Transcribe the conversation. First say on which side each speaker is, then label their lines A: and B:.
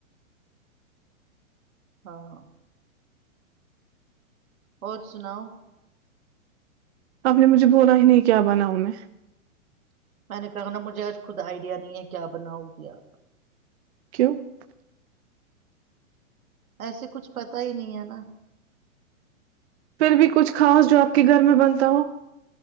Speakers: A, on the right; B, on the right.
A: ہاں اور سناؤ
B: آپ نے مجھے بولا ہی نہیں کیا بناؤ میں
A: میں نے کہا نا مجھے آج خود آئیڈیا نہیں ہے کیا بناؤ گی آپ
B: کیوں؟ ٹ
A: ایسے کچھ پتا ہی نہیں ہے نا
B: پھر بھی کچھ خاص جو آپ کے گھر میں بنتا ہو